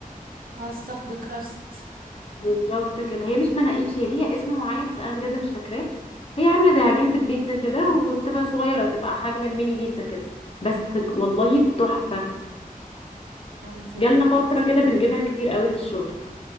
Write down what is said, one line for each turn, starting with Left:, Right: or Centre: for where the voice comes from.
Right: اه stuff the crust
Left: بالظبط كده هي مش مناقيش هي ليها اسم معين بس انا بجد مش فاكراه هي عامله زي عجينه البيتزا كده وبتبقى صغيره بتبقى حجم الميني بيتزا كده بس والله تحفه
Right: <laughs> انتي
Left: جالنا
Right: بتيجي
Left: فتره كده بنجيبها كتير قوي في الشغل